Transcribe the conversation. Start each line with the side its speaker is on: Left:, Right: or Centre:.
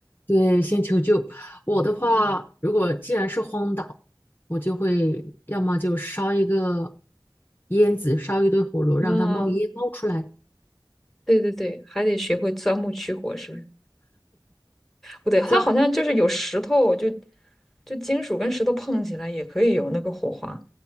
Left: 对，先求救。我的话，如果既然是荒岛，我就会要么就烧一个烟子，烧一堆火炉，让它冒烟冒出来。
Centre: 啊，对对对，还得学会钻木取火，是不是？不对，它好像就是有石头，
Left: 对，
Centre: 就就金属跟石头碰起来也可以有那个火花，